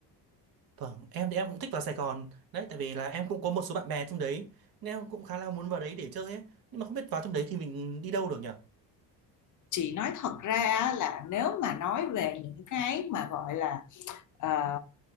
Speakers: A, on the right (about 45°); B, on the left (about 40°).
A: vâng em thì em cũng thích vào Sài Gòn đấy tại vì là em cũng có một số bạn bè trong đấy nên em cũng khá là muốn vào đấy để chơi ấy nhưng mà không biết vào trong đấy thì mình đi đâu được nhỉ
B: chị nói thật ra là nếu mà nói về những cái mà gọi là ờ,